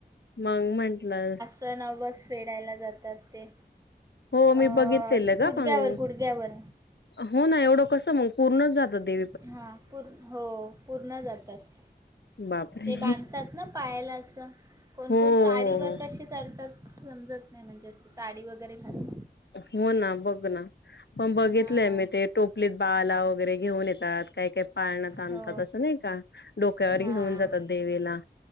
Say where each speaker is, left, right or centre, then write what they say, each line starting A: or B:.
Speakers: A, on the left (about 80°); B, on the right (about 20°).
A: मग म्हंटलं
B: च नवस फेडायला जातात ते.
A: हो मी
B: अ
A: बघितलेलं ग
B: गुडग्यावर
A: मग
B: गुडग्यावर.
A: हो ना एवढं कसं मग पूर्णच जातात ते.
B: हां पूर हो पूर्ण जातात.
A: बापरे
B: ते बांधतात ना पायाला असं. कोणकोण
A: हो हो
B: साडीवर
A: हो
B: कसे चढतात समजत नाही म्हणजे अस साडी वगैरे घाल
A: हो ना बघ ना पण बघितलंय
B: हां
A: मी ते टोपलीत बाला वगैरे घेऊन येतात काही काही पाळणा तांतात
B: हो
A: असं नाही का डोक्यावर
B: हां
A: घेऊन जातात देवीला.